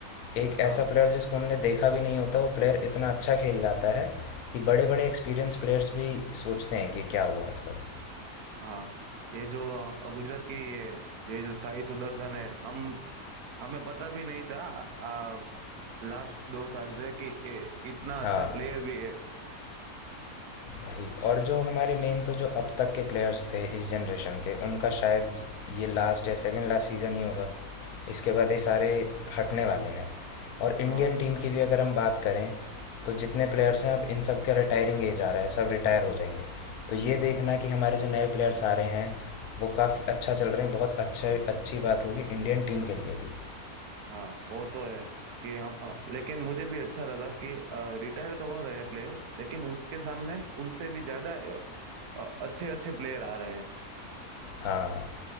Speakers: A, on the left (about 85°); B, on the right (about 85°).
A: एक
B: हाँ
A: ऐसा प्लेयर जिसको हमने देखा भी नहीं होता, वो प्लेयर इतना अच्छा खेल जाता है कि बड़े-बड़े एक्सपीरियंस प्लेयर्स भी सोचते हैं कि क्या हुआ मतलब।
B: हाँ ये जो अ, गुजरात की ये ये जो साई सुदर्शन है हम हमें पता भी नहीं था आ, लास्ट दो साल से कि ये इतना
A: हाँ।
B: अच्छा प्लेयर भी है
A: वही और जो हमारे मेन तो जो अब तक के प्लेयर्स थे इस जनरेशन के उनका शायद ये लास्ट या सेकंड लास्ट सीज़न ही होगा इसके बाद ये सारे हटने वाले हैं और
B: हाँ
A: इंडियन टीम की भी अगर हम बात करें तो जितने प्लेयर्स हैं अब इन सब का रिटायरिंग एज आ रहा है सब रिटायर हो जाएंगे तो ये देखना कि हमारे जो नए प्लेयर्स आ रहे हैं वो काफ़ी अच्छा चल रहे हैं बहुत अच्छे अच्छी बात होगी इंडियन टीम के लिए भी
B: हाँ वो तो है कि हम आ, लेकिन मुझे भी अच्छा लगा कि रिटायर तो हो रहे हैं प्लेयर लेकिन उसके सामने उनसे भी ज्यादा अच्छे अच्छे प्लेयर आ रहे हैं
A: हाँ,